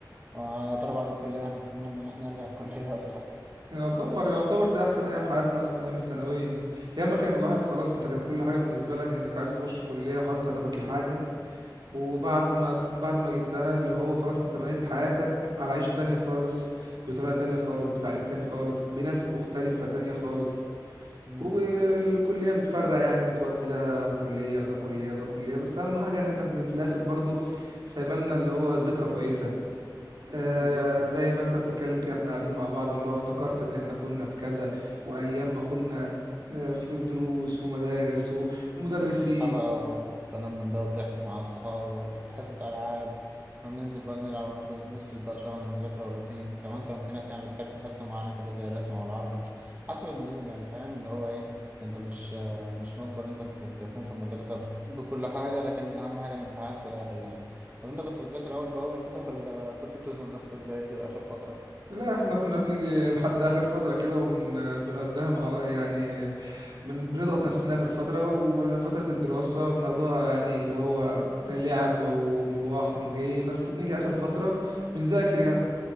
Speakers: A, on the right; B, on the right.
A: ويا ترى بعد الكلية هنتمنى إن إحنا نرجع الكلية ولا
B: يعتبر يعتبر دي احسن ايام حياتنا اصلا ايام الثانويه ايام ما كان الواحد خلاص انت كان كل حاجه بالنسبه لك انك عايز تخش كليه وحاطط هدفك لحاجه وبعد ما بعد ما جبتها اللي هو خلاص انت بنيت حياتك على عيشه تانية خالص بطريقه
A: لأ
B: تانية خالص بتعليم تاني خالص بناس مختلفه تانية خالص
A: مم.
B: والكلية بتفرق يعني بتودي ده كلية وده كلية وده كلية بس أهم حاجة إن احنا بن- في الآخر برضو سايبالنا اللي هو ذكرى كويسة آه
A: بالظبط
B: زي ما أنت بتتكلم كده احنا قاعدين مع بعض اللي هو افتكرت إن احنا كنا في كذا وأيام ما كنا آه، في دروس ومدارس و- ومدرسين
A: فسحة بقى وكلام من ده والضحك مع الصحاب حصة ألعاب وننزل بقى نلعب ونفضل نفصل بقى شوية عن المذاكرة والروتين كمان كان في ناس يعني بتحب حصة معينة كده زي الرسم أو العربي حسب الميول يعني فاهم اللي هو إيه أنت مش مش مجبر إن أنت ت- تكون في المدرسة بكل حاجة لكن أهم حاجة الامتحانات في الآخر يعني طب أنت كنت بتذاكر أول بأول كده ولا كنت بتزنق نفسك زي كده آخر فترة؟
B: لا احنا كنا بنيجي لحد آخر فترة كده وبنقضيها مع بعض يعني من بنضغط نفسنا آخر فترة وفترة الدراسة بناخدها يعني اللي هو لعب ومروح ومجي بس بنيجي آخر فترة بنذاكر يعني